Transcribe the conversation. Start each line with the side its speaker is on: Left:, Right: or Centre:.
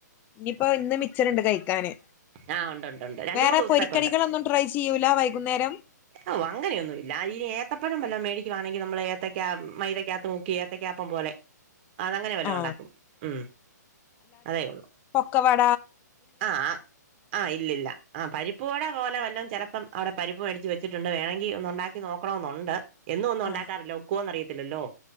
Left: ഇനിയിപ്പോ ഇന്ന് മിച്ചർ ഉണ്ട് കഴിക്കാന്.
Right: ആഹ് ഉണ്ട് ഉണ്ട് ഉണ്ട് രണ്ടു
Left: വേറെ
Right: മൂന്ന് ദിവസത്തേക്കുണ്ട്.
Left: പൊരിക്കടികളൊന്നും ട്രൈ ചെയ്യൂല വൈകുന്നേരം.
Right: ഓഹ് അങ്ങനയൊന്നൂല്ല. അതിന് ഏത്തപ്പഴം വല്ലതും മേടിക്കുവാണെങ്കി നമ്മള് ഏത്തയ്ക്ക മൈദയ്ക്കാത്ത് മു ഏത്തയ്ക്കാപ്പം പോലെ അതങ്ങനെ വല്ലതും
Left: ആഹ്
Right: ഉണ്ടാക്കും. ഉം. അതേ ഉള്ളൂ.
Left: പക്കവട
Right: ആഹ് ആഹ് ഇല്ലില്ല. ആഹ് പരിപ്പുവട പോലെ വല്ലതും ചിലപ്പം അവിടെ പരിപ്പു മേടിച്ച് വെച്ചിട്ടുണ്ട്. വേണെങ്കി ഒന്നു ഉണ്ടാ നോക്കണോന്നുണ്ട്. എന്നും ഒന്നും ഉണ്ടാക്കാറില്ല.
Left: ആഹ്
Right: ഒക്കുവോന്ന് അറിയത്തില്ലല്ലോ.